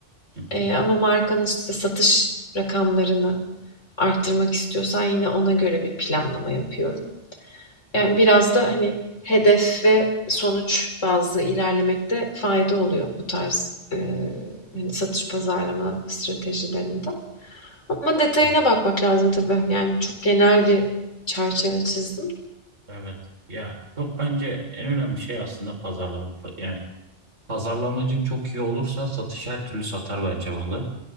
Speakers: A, on the right; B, on the left.
A: Hı, hı.
B: Eee, ama markanın işte satış rakamlarını arttırmak istiyorsan yine ona göre bir planlama yapıyorum. Yani biraz da hani hedef ve sonuç bazlı ilerlemekte fayda oluyor bu tarz e, hani satış pazarlama stratejilerinde. Ama detayına
A: Evet.
B: bakmak lazım tabii. Yani çok genel bir çerçeve çizdim.
A: Evet. Ya çok bence en önemli şey aslında pazarlama. Yani pazarlamacın çok iyi olursa satış her türlü satar bence malı.